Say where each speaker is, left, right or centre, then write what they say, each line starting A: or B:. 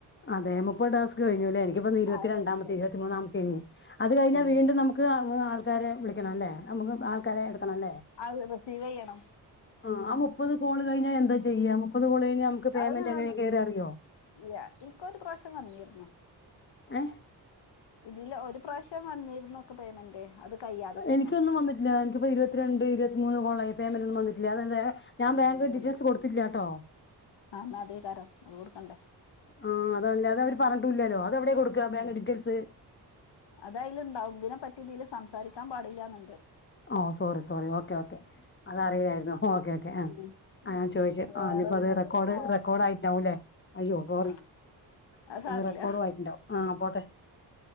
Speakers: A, on the left (about 25°); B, on the left (about 75°).
A: അതെ മുപ്പത് ടാസ്ക് കഴിഞ്ഞു ഇല്ലേ? എനിക്കിപ്പം ഇരുപത്തി
B: ആ അത്
A: രണ്ടാമത്തെ
B: കഴിഞ്ഞു കഴിഞ്ഞു
A: ഇരുപത്തി മൂന്നാമത്തെയാ ഇനി, അത് കഴിഞ്ഞാ വീണ്ടും
B: ഉം.
A: നമ് മുക്ക് ആൾക്കാരെ വിളിക്കണം അല്ലേ? നമുക്ക് ആൾക്കാരെ എടുക്കണംല്ലേ?
B: <unintelligible> റിസീവ് ചെയ്യണം.
A: ആഹ് മുപ്പത് കോള് കഴിഞ്ഞാ എന്താ ചെയ്യാ? മുപ്പത് കോള് കഴിഞ്ഞാ നമുക്ക് പേയ്മെന്റ്
B: അത്
A: എങ്ങനാ കേറുകാ അറിയോ?
B: ഇല്ല ഇനിക്കൊരു പ്രാവശ്യം വന്നിരുന്നു.
A: ങ്ഹേ
B: ഇതില് ഒരു പ്രാവശ്യം വന്നിരുന്നു ക്ക് പേയ്മെന്റ് അത് കഴിയാതെ തന്നെ
A: എനിക്കൊന്നും വന്നിട്ടില്ല എനിക്ക് ഇപ്പൊ ഇരുപത്തിരണ്ട് ഇരുപത്തി മൂന്ന് കോളായി, പേയ്‌മെന്റ് ഒന്നും വന്നിട്ടില്ല അതെന്തേ? ഞാൻ ബാങ്ക്
B: അറിയില്ലന്ന്
A: ഡീറ്റെയിൽസ് കൊടുത്തില്ല്യാ ട്ടൊ.
B: ആ എന്നാ അതേ കാരം അത് കൊടുക്കണ്ടേ
A: ആഹ് അതല്ലാതെ അവര് പറഞ്ഞിട്ടും ഇല്ലല്ലോ, അതെവിടെയാ കൊടുക്കുക ബാങ്ക്
B: ഉം
A: ഡീറ്റെയിൽസ്
B: അത് അയിലുണ്ടാവും, ഇതിനെ പറ്റി ഇതില് സംസാരിക്കാൻ പാടില്ലാന്നുണ്ട്.
A: ഓഹ് സോറി സോറി ഓക്കെ ഓക്കെ അതറിയല്ലായിരുന്നു, ഓക്കേ ഓക്കേ ആഹ്
B: ഉം
A: ഞാൻ ചോയിച്ചു
B: വേറെ
A: ആഹ് ഇനിപ്പോ
B: പിന്നെന്താ
A: അത് റെക്കോർഡ്
B: ആ
A: റെക്കോർഡ് ആയിട്ട് ഉണ്ടാവും ല്ലേ അയ്യോ സോറി
B: ആ അത് സാറില്ല
A: ആഹ് റെക്കോഡും ആയിട്ടുണ്ടാവും, ആഹ് പോട്ടെ.